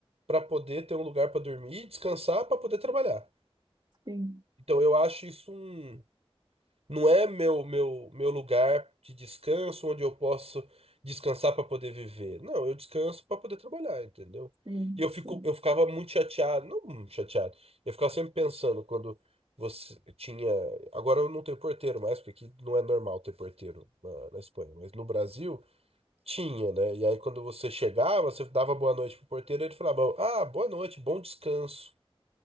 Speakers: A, on the right (about 80°); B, on the right (about 50°).
A: pra poder ter um lugar pra dormir, descansar, pra poder trabalhar.
B: sim,
A: Então eu acho isso um não é meu meu meu lugar de descanso onde eu posso descansar para poder viver. Não, eu descanso para poder trabalhar, entendeu?
B: sim,
A: E eu fico
B: sim.
A: eu ficava muito chateado, não muito chateado. Eu ficava sempre pensando quando você tinha, agora eu não tenho porteiro mais, porque aqui não é normal ter porteiro na, na Espanha, mas no Brasil tinha, né? E aí quando você chegava, você dava boa noite pro porteiro, ele falava: "Ah, boa noite, bom descanso".